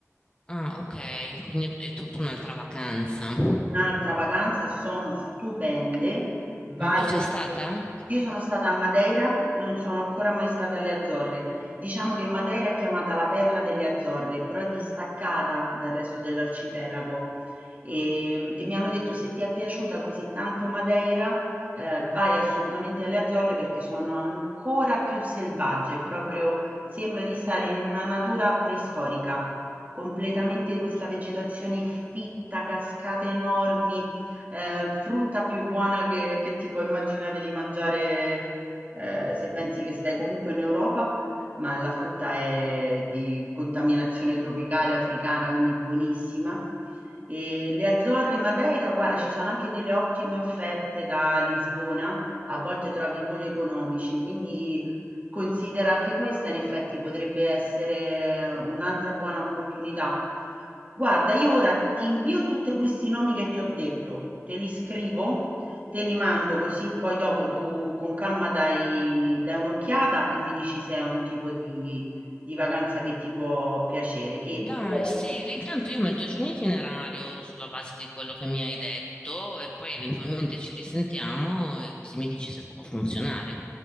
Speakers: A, on the left; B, on the right.
A: Ah, ok, quindi è tutta un'altra vacanza.
B: Un'altra vacanza sono stupende, vale
A: Mm, Tu sei
B: assolut
A: stata?
B: Io sono stata a Madeira, non sono ancora mai stata alle Azzorre. Diciamo che Madeira è chiamata la perla delle Azzorre, però è distaccata dal resto dell'arcipelago. Ehm, E, mi hanno detto se ti è piaciuta così tanto Madeira, eh, vai assolutamente alle Azzorre perché sono ancora più selvagge, proprio sembra di stare in una natura preistorica completamente questa vegetazione fitta, cascate enormi, eh, frutta più buona che, che ti puoi immaginare di mangiare eh, se pensi che stai comunque in Europa, ma la frutta è di contaminazione tropicale africana, quindi buonissima. E le Azzorre e Madeira, guarda, ci sono anche delle ottime offerte da Lisbona, a volte trovi voli economici, quindi Considera anche questa in effetti potrebbe essere un'altra buona opportunità. Guarda, io ora ti invio tutti questi nomi che ti ho detto, te li scrivo, te li mando così poi dopo tu con calma dai, dai un'occhiata e mi dici se è un tipo di, di vacanza che ti può piacere. Che
A: Dai,
B: ora...
A: sì,
B: io-
A: intanto io metto giù un itinerario sulla base di quello che mi hai detto e poi eventualmente ci risentiamo e così mi dici se può funzionare.